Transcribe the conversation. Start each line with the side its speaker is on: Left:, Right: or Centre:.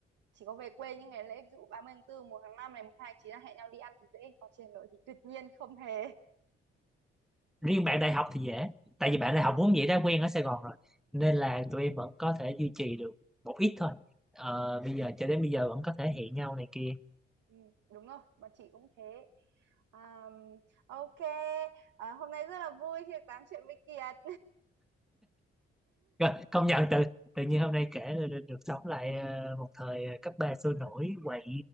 Right: chỉ có về quê những ngày lễ ví dụ 30 tháng 4, 1 tháng 5 này, mùng 2 tháng 9 là hẹn nhau đi ăn thì dễ còn trên Hà Nội thì tuyệt nhiên không hề
Centre: <laughs> riêng bạn đại học thì dễ tại vì bạn
Right: ừ.
Centre: đại học vốn dĩ đã quen ở Sài Gòn rồi nên là
Right: ừ.
Centre: tụi em vẫn có thể duy trì được một ít thôi Ờ,
Right: Ừ,
Centre: bây giờ cho đến bây giờ vẫn có thể hẹn nhau này kia
Right: ừ, đúng rồi, bọn chị cũng thế. À, ok, à, hôm nay rất là vui khi được tám chuyện với Kiệt.
Centre: rồi công nhận tự tự nhiên hôm nay kể là được, được sống lại ờ, một thời ờ, cấp ba sôi nổi quậy